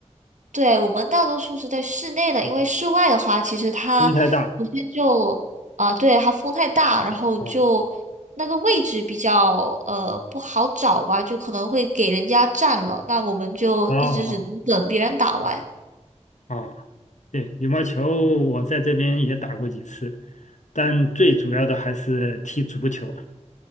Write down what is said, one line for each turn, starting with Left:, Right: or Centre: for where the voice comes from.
Right: 对，我们大多数是在室内的，因为室外的话，其实它首先就啊、
Left: 风太大。
Right: 对，它风太大，然后就那个位置比较呃不好找吧，
Left: 嗯，
Right: 就可能会给人家占了，那我们就一直只能等别人打完
Left: 哦哦哦，对，羽毛球我在这边也打过几次，但最主要的还是踢足球。